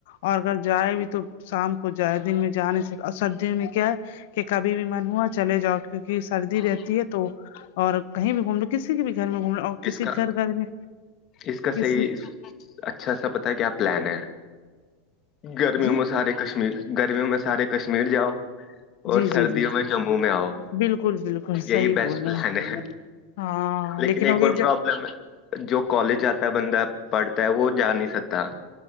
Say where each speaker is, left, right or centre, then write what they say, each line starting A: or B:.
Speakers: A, on the left; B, on the left.
A: اور اگر جائے بھی تو شام کو جائے دن میں جا نہیں سکتا اور سردی میں کیا ہے کی کبھی بھی من ہوا چلے جاؤ اٹھ کے کی سردی رہتی
B: ہم۔
A: ہے تو اور کہیں بھی گھوم لو کسی کے بھی گھر میں گھوم لو اور کسی
B: اس کا
A: گھر گھر میں
B: اس کا
A: کسی
B: صحیح اچھا سا پتہ ہے کیا پلان ہے گرمیوں
A: جی
B: میں سارے کشمیر گرمیوں میں سارے کشمیر جاؤ اور
A: جی
B: سردیوں
A: جی جی
B: میں جموں میں آؤ
A: بالکل بالکل صحیح
B: یہی بیسٹ
A: بول
B: پلان
A: رہے ہیں
B: ہے
A: ہاں
B: لیکن ایک
A: ہو گیا
B: اور
A: جب
B: پروابلم ہے جو کالج جاتا ہے بندہ پڑھتا ہے وہ جا نہیں سکتا